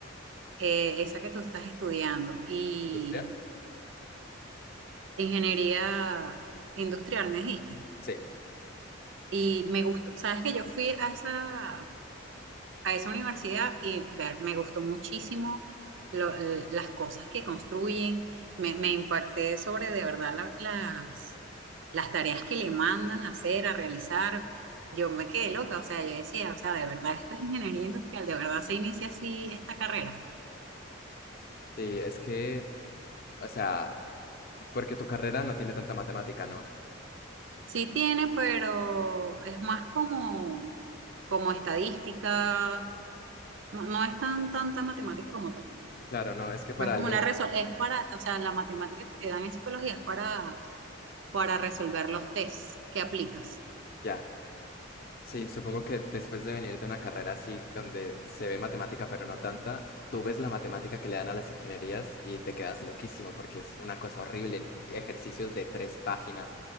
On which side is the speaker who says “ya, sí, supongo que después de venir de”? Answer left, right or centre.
Left